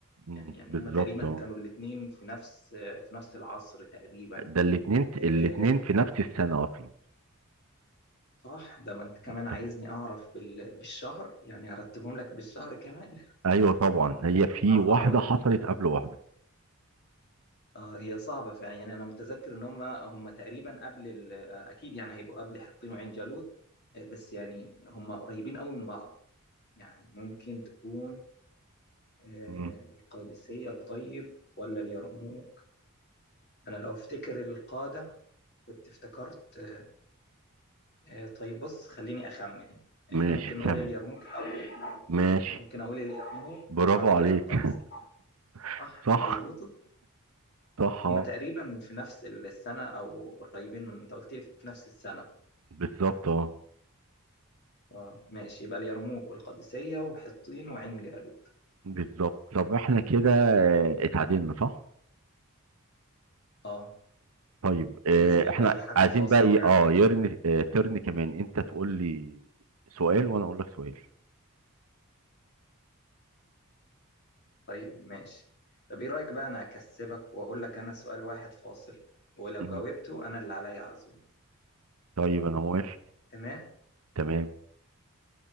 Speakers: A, on the right; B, on the left.
A: مم.
B: يعني يعني
A: بالظبط
B: هم تقريبا
A: اه
B: كانوا الاتنين في نفس آه، في نفس العصر تقريبا
A: ده الاتنين
B: آه،
A: الاتنين في نفس السنه اصلا
B: صح ده ما انت كمان عايزني
A: طب.
B: اعرف بال... بالشهر يعني ارتبهم لك بالشهر كمان
A: ايوه طبعا هي في
B: صعبة
A: واحده
B: قوي
A: حصلت قبل واحده
B: اه هي صعبة فعلا يعني انا متذكر ان هم هم تقريبا قبل ال... اكيد يعني هيبقوا قبل حطين وعين جالوت آه، بس يعني هم قريبين قوي من بعض يعني ممكن تكون آه،
A: مم.
B: القادسية طيب ولا اليرموك انا لو افتكر القادة كنت افتكرت آه، آه، طيب بص خليني اخمن
A: ماشي
B: احنا ممكن نقول
A: خم
B: اليرموك الاول
A: ماشي
B: ممكن اقول اليرموك
A: برافو
B: وبعد
A: عليك
B: كده القادسية
A: <laughs>
B: صح
A: صح
B: مظبوطة
A: صح
B: هما
A: اه
B: تقريبا في نفس السنة أو قريبين من أنت قلت لي في نفس السنة
A: بالظبط اه
B: آه ماشي يبقى اليرموك والقادسية وحطين وعين جالوت
A: بالظبط طب احنا كده آه، اتعادلنا صح؟
B: آه
A: طيب آه،
B: لازم يبقى
A: احنا
B: في حاجة
A: عايزين
B: فاصل
A: بقى ايه
B: يعني
A: اه يرن آه، ترن كمان انت تقول لي سؤال وانا اقول لك سؤال
B: طيب ماشي طب إيه رأيك بقى أنا أكسبك وأقول لك أنا سؤال واحد فاصل ولو
A: مهم.
B: جاوبته أنا اللي عليا عزوم
A: طيب انا موافق
B: تمام
A: تمام